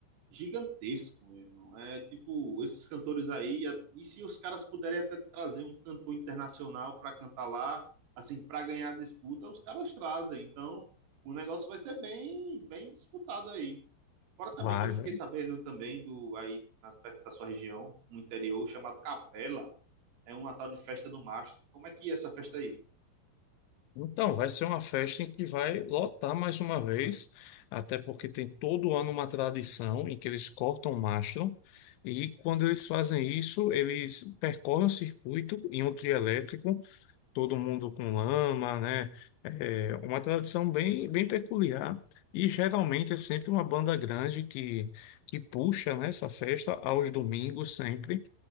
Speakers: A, on the right (about 85°); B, on the left (about 75°).
A: gigantesco, meu irmão. É tipo, esses cantores aí, a- e se os caras puderem até trazer um cantor internacional para cantar lá, assim, para ganhar a disputa, os caras trazem. Então, o negócio vai ser bem, bem disputado aí. Fora também
B: Vai,
A: que eu fiquei
B: né?
A: sabendo também do aí nas- perto da sua região, no interior, chamado Capela, é uma tal de festa do mastro. Como é que é essa festa aí?
B: Então, vai ser uma festa em que vai lotar mais uma vez, até porque tem todo ano uma tradição em que eles cortam o mastro, e quando eles fazem isso, eles percorrem o circuito em um trio elétrico todo mundo com lama, né? É uma tradição bem, bem peculiar e geralmente é sempre uma banda grande que, que puxa, né, essa festa aos domingos sempre.